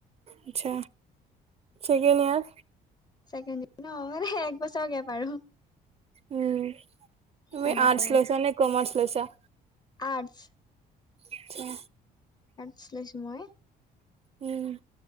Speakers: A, on the right; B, on the left.
A: আৎচ্ছা, চেকেণ্ড ইয়াৰ।
B: ছেকেণ্ড ইয়েৰ নহয় মানে একবছৰ গেপ আৰু।
A: উম' তুমি
B: ডাঙৰ
A: আৰ্টছ
B: সৰু
A: লৈছা নে কমাৰ্চ লৈছা?
B: আৰ্টচ।
A: আৎচ্ছা।
B: আৰ্টচ লইছো মই।
A: উম'।